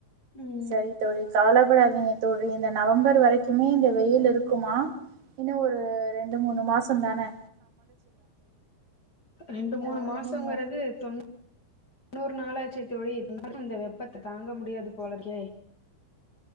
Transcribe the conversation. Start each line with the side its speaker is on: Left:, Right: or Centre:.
Left: ம்
Right: சரி தோழ கவலபடாதீங்க தோழி இந்த நவம்பர் வரைக்குமே இந்த வெயில் இருக்குமா இன்னும் ஒரு ரெண்டு மூணு மாசம் தானே
Left: ரெண்டு மூணு
Right: ஆ
Left: மாசங்கிறது
Right: நீங்க
Left: தொண்ணு முன்னூறு நாலாய்ட்சி தோழி இந்த வெப்பத்தை தாங்க முடியாது போலக்கே